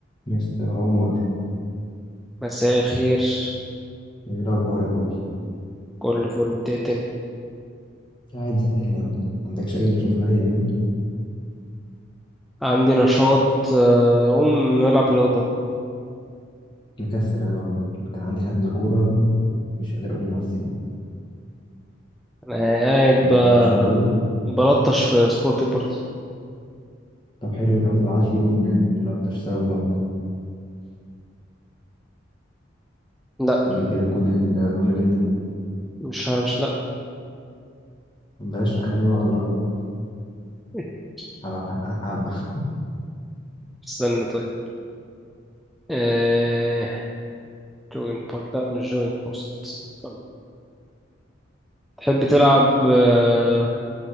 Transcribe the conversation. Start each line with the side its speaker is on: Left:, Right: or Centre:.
Left: مستر عمر
Centre: مساء الخير
Left: ايه الاخبار يا حبي
Centre: كله فل انت ايه الدنيا
Left: قاعد زهقان قوي ما عندكش اي نشاط الواحد يعمله
Centre: عندي نشاط آه، اقوم العب رياضه
Left: مكسل قوي والله كان عندي حجز كوره مش قادر اقوم من على السرير
Centre: انا قاعد
Left: ما عندك
Centre: ب-
Left: اي نشاط غيره
Centre: بلطش في سبورك البارتي
Left: طب حلو ده ما تبعت لي روم ن- نلطش سوا بقى
Centre: لا
Left: قول لي كده كود الروم اللي انت فيه
Centre: مش ه- مش لا
Left: بلاش رخامه بقى الله
Centre: <laughs>
Left: هبع- ه- ه-
Centre: استنى طيب آه... جوين بارت لا مش جوين بوست استنى تحب تلعب آه،